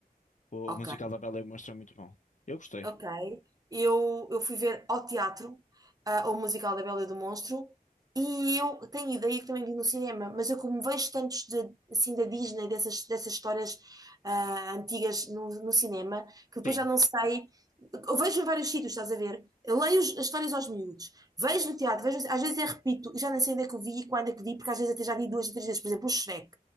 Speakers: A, on the left; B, on the right.
A: O,
B: Ok.
A: o musical da Bela e o Monstro é muito bom. Eu gostei.
B: Ok. Eu, eu fui ver ao teatro, ah, o musical da Bela e do Monstro, e eu tenho ideia que também vi no cinema, mas eu como vejo tantos de, assim, da Disney, dessas, dessas histórias ah, antigas no, no cinema, que depois
A: Sim.
B: já não sei. Eu vejo em vários sítios, estás a ver? Eu leio os- as histórias aos miúdos, vejo no teatro, vejo, às vezes eu repito, e já nem sei onde é que eu vi e quando é que vi, porque às vezes até já vi duas ou três vezes. Por exemplo, o Shrek.